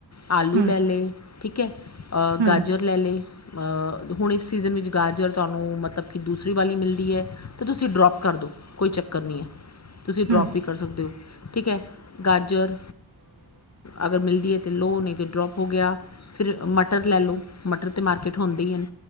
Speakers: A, on the left (about 40°); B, on the right (about 70°).
A: ਆਲੂ
B: ਹੂੰ
A: ਲੈ ਲੇ, ਠੀਕ ਹੈ,
B: ਹੂੰ
A: ਗਾਜਰ ਲੈ ਲੀ, ਹੁਣ ਇਸ ਸੀਜ਼ਨ ਵਿੱਚ ਗਾਜਰ ਤੁਹਾਨੂੰ ਮਤਲਬ ਕੀ ਦੂਸਰੀ ਵਾਲੀ ਮਿਲਦੀ ਹੈ ਤਾਂ ਤੁਸੀਂ ਡਰੋਪ ਕਰ ਦਿਉ ਕੋਈ ਚੱਕਰ ਨਹੀਂ ਹੈ। ਤੁਸੀਂ ਡਰੋਪ
B: ਹੂੰ
A: ਵੀ ਕਰ ਸਕਦੇ ਹੋ, ਠੀਕ ਹੈ ਗਾਜਰ ਅਗਰ ਮਿਲਦੀ ਹੈ ਤਾਂ ਲੋ ਹੋ ਨਹੀਂ, ਜੇ ਡਰੋਪ ਹੋ ਗਿਆ ਫਿਰ ਮਟਰ ਲੈ ਲਓ, ਮਟਰ ਤਾਂ ਮਾਰਕੀਟ ਹੁੰਦੇ ਹੀ ਹਨ